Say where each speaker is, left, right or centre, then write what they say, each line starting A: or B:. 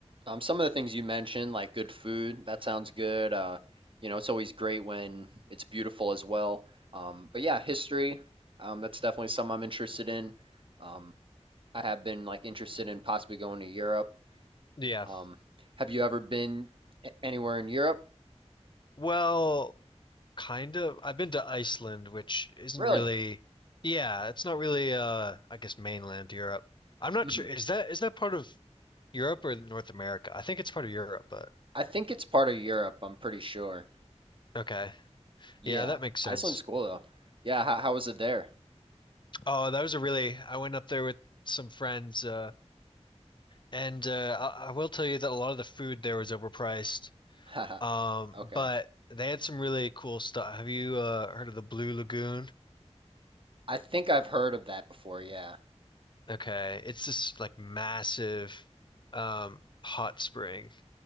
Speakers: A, on the right; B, on the left.
A: Um, some of the things you mentioned, like good food, that sounds good. Uh, you know, it's always great when it's beautiful as well. Um, but yeah, history, um, that's definitely something I'm interested in. Um, I have been like interested in possibly going to Europe.
B: Yeah.
A: Um, have you ever been a- anywhere in Europe?
B: Well, kind of. I've been to Iceland, which isn't
A: Really?
B: really, yeah, it's not really uh I guess mainland Europe. I'm not
A: hmm
B: sure. Is that is that part of Europe or North America? I think it's part of Europe, but
A: I think it's part of Europe, I'm pretty sure.
B: okay.
A: Yeah,
B: Yeah, that makes sense.
A: Iceland's cool though. Yeah, how, how was it there?
B: Oh, that was a really I went up there with some friends uh And uh, I, I will tell you that a lot of the food there was overpriced.
A: <laughs>
B: Um,
A: Okay.
B: but they had some really cool stuff. Have you uh, heard of the Blue Lagoon?
A: I think I've heard of that before, yeah.
B: Okay, it's this like massive um, hot spring